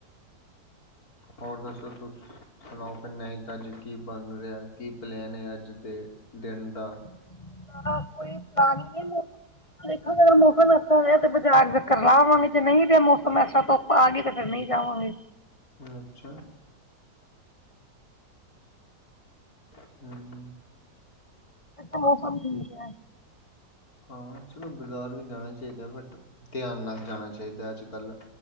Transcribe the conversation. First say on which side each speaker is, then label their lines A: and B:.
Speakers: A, on the left (about 55°); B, on the left (about 25°).
A: ਹੋਰ ਦੱਸੋ ਤੁਸੀਂ ਸੁਣਾਓ ਕਿ ਨਹੀਂ ਤਾਂ ਅੱਜ ਕੀ ਬਣ ਰਿਹਾ ਕੀ ਪਲੈਨ ਹੈ ਅੱਜ ਦੇ ਦਿਨ ਦਾ
B: ਹ ਕੋਈ ਪਲਾ ਨਹੀਂ ਹੈ ਦੇਖੋ ਅਗਰ ਮੌਸਮ ਐਸਾ ਰਿਹਾ ਤੇ ਬਾਜ਼ਾਰ ਚੱਕਰ ਲਾਹਵਾਂਗੇ ਜੇ ਨਹੀਂ ਰਿਹਾ ਮੌਸਮ ਐਸਾ ਤੋਂ ਆ ਗਏ ਤੇ ਫੇਿਰ ਨਹੀਂ ਜਾਵਾਂਗੇ
A: ਅੱਛਾ ਹੰਮ
B: ਤਾਂ ਮੌਸਮ ਠੀਕ ਹੈ
A: ਹਾਂ ਚਲੋ ਬਾਜ਼ਾਰ ਵੀ ਜਾਣਾ ਚਾਹੀਦਾ ਬਟ ਧਿਆਨ ਨਾਲ ਜਾਣਾ ਚਾਹੀਦਾ ਅੱਜ ਕੱਲ੍ਹ